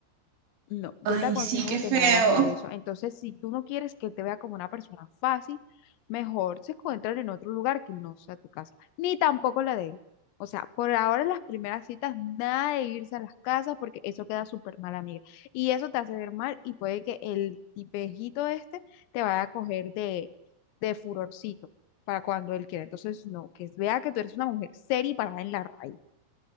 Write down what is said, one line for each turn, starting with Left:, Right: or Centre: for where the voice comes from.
Left: No, yo
Right: Ay,
Left: te aconsejo
Right: sí, qué feo.
Left: que no hagas eso. Entonces, si tú no quieres que él te vea como una persona fácil, mejor se encuentran en otro lugar que no sea tu casa, ni tampoco la de él. O sea, por ahora en las primeras citas, nada de irse a las casas porque eso queda súper mal, amiga. Y eso te hace ver mal y puede que el tipejito este te vaya a coger de, de furorcito para cuando él quiera. Entonces, no, que vea que tú eres una mujer seria y parada en la raíz.